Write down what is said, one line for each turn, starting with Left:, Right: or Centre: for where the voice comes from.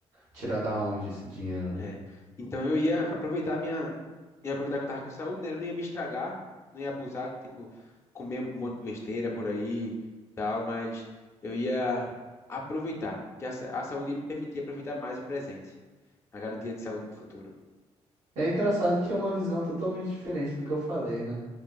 Right: tirar da onde esse dinheiro, né?
Left: É. Então eu ia aproveitar a minha, ia aproveitar que eu tava com saúde, né? Eu não ia me estragar, não ia abusar, tipo, comer um monte de besteira por aí e tal, mas eu ia aproveitar, que a, sa- a saúde ia me permitir aproveitar mais o presente, a garantia de saúde no futuro.
Right: É engraçado que é uma visão totalmente diferente do que eu falei, né?